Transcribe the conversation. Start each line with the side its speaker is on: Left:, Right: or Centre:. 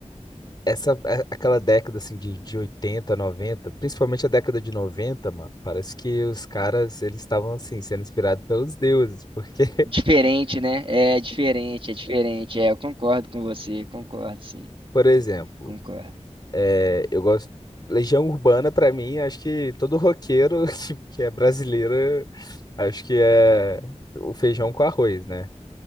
Left: essa a- aquela década assim de, de 80 noventa principalmente a década de noventa mano, parece que os caras eles estavam assim sendo inspirados pelos deuses, porque, <laughs>
Right: Diferente, né? É diferente, é diferente. É, eu concordo com você, concordo, sim.
Left: por exemplo,
Right: Concordo.
Left: é, eu gosto Legião Urbana pra mim, acho que todo roqueiro <laughs> que, que é brasileiro, acho que é o feijão com arroz, né?